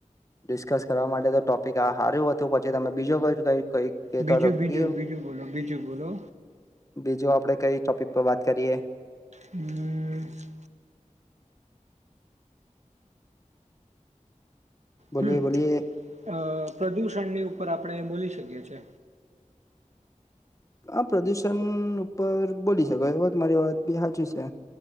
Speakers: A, on the left (about 25°); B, on the right (about 60°).
A: ડિસ્કસ કરવા માટે તો ટોપિક આ હાર્યું હતું પછી તમે બીજું ક ક કઈ કેતા
B: બીજું
A: કે
B: બીજું
A: કિવુ
B: બીજું બોલો બીજું બોલો
A: બીજું આપણે કઈ ટોપિક વાત કરીએ
B: હ
A: બોલીએ
B: હમ
A: બોલીએ
B: અ પ્રદૂષણની ઉપર આપ આપણે એ બોલી શકીએ છે
A: હ પ્રદૂષણ ઉપર બોલી શકો એ વાત મારી વાત બી સાચી છે